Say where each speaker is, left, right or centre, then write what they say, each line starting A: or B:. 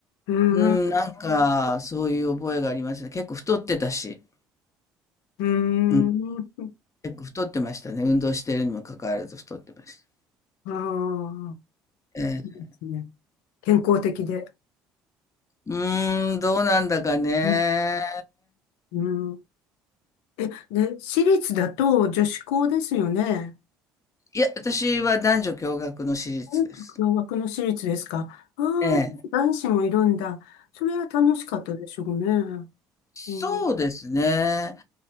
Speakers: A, on the left (about 70°); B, on the left (about 25°).
A: うーん、
B: うん、
A: う
B: なんか、そういう覚えがありましたね。結構太ってたし、
A: ーん、
B: うん、結構太ってましたね。運動してるにもかかわらず太ってました。
A: ああ、
B: ええ。
A: いいですね。健康的で。
B: うーん、どうなんだかね。
A: うん、うんえ、で、私立だと女子校ですよね。
B: いや、私は男女共学の私立です。
A: 音楽の枠の私立ですか。ああ、
B: ええ。
A: 男子もいるんだ。それは楽しかったでしょうね。
B: そうですね。
A: うん、